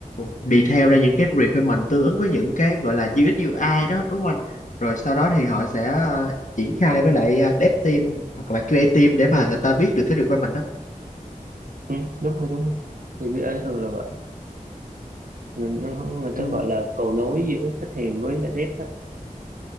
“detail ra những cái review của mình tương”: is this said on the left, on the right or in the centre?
Left